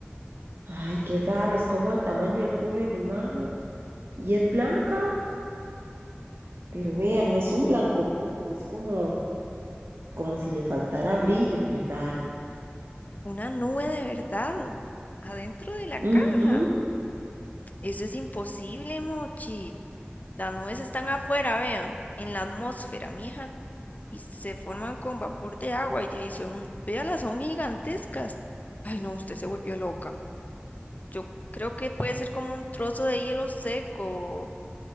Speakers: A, on the right; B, on the left.
A: Ay, qué raro, es como el tamaño del puño de mi mano. Y es blanca, pero vea,
B: Mm.
A: no es un blanco puro, es como, como si le faltara brillo, qué raro.
B: Una nube de verdad, adentro de la
A: Ujú,
B: caja. Eso es imposible, Mochi. Las nubes están afuera, vea, en la atmósfera, mija, y se forman con vapor de agua y de ahí son, véalas, son gigantescas. Ay, no, usted se volvió loca. Yo creo que puede ser como un trozo de hielo seco.